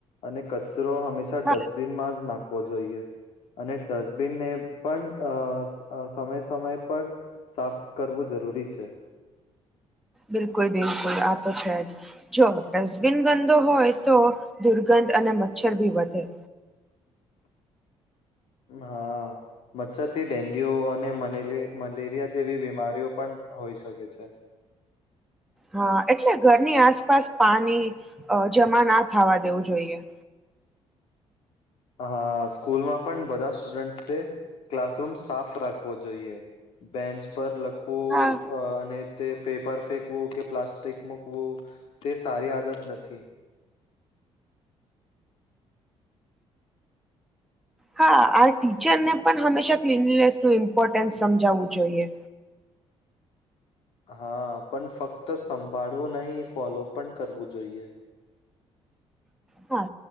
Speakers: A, on the left; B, in the centre.
A: અને કચરો હંમેશા ડસ્ટબિનમાં
B: હા
A: જ નાખવો જોઈએ. અને ડસ્ટબિનને પણ અ સમય સમય પણ સાફ કરવું જરૂરી છે.
B: બિલકુલ બિલકુલ આ તો છે જ. જો ડસ્ટબિન ગંદો હોય તો દુર્ગંધ અને મચ્છર ભી વધે.
A: હા. મચ્છર થી ડેન્ગ્યુ અને મ મલેરિયા જેવી બીમારીઓ પણ હોઈ શકે છે.
B: હા એટલે ઘરની આસપાસ પાણી જમા ના થવા દેવું જોઈએ.
A: હા સ્કૂલમાં પણ બધા સ્ટુડન્ટ છે. ક્લાસરૂમ સાફ રાખવો જોઈએ. બેન્ચ પર બલખવું
B: હા
A: અને તે પેપર ફેંકવું કે પ્લાસ્ટિક મૂકવું તે સારી આદત નથી
B: હા આ ટીચરને પણ હંમેશા ક્લીનનેસ નું ઇમ્પોર્ટન્સ સમજાવવું જોઈએ
A: હા પણ ફક્ત સંભાળવું નહીિ ફોલો પણ કરવું જોઈએ
B: હા